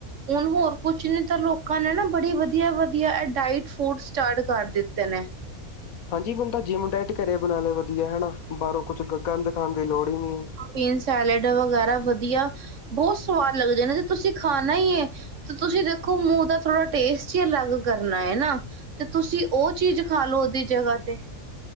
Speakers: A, on the right; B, on the left.
A: ਹੁਣ ਹੋਰ ਕੁਛ ਨੇ ਤਾਂ ਲੋਕਾਂ ਨੇ ਨਾ ਬੜੀ ਵਧੀਆ-ਵਧੀਆ ਏ ਡਾਇਟ ਫੂਡ ਸਟਾਰਟ ਕਰ ਦਿੱਤੇ ਨੇ।
B: ਹਾਂਜੀ ਬੰਦਾ ਜਿੰਮ ਡਾਇਟ ਘਰੇ ਬਣਾ ਲਏ ਵਧੀਆ ਹਨਾ ਬਾਹਰੋਂ ਕੁਛ ਗੰਦ ਖਾਣ ਦੀ ਲੋੜ ਹੀ ਨੀ।
A: ਚੀਨ ਸੈਲਡ ਵਗੈਰਾ ਵਧੀਆ, ਬਹੁਤ ਸਵਾਦ ਲੱਗਦੇ ਨੇ ਜੇ ਤੁਸੀਂ ਖਾਣਾ ਹੀ ਏ ਤੇ ਤੁਸੀਂ ਦੇਖੋ ਮੂੰਹ ਦਾ ਥੋੜ੍ਹਾ ਟੇਸਟ ਹੀ ਅਲੱਗ ਕਰਨਾ ਹੈ ਨਾ। ਤੇ ਤੁਸੀਂ ਉਹ ਚੀਜ਼ ਖਾ ਲੋ ਉਹਦੀ ਜਗ੍ਹਾ ਤੇ।